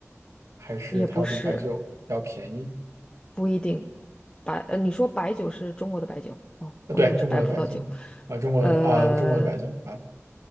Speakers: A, on the right; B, on the left.
A: 还是它要比白酒要便宜？
B: 也不是不一定白，呃，你说白酒是中国的白酒哦，
A: 啊，
B: 我以为是白葡萄酒，
A: 对，中国的白酒啊，中国的啊，
B: 呃，
A: 中国的白酒啊。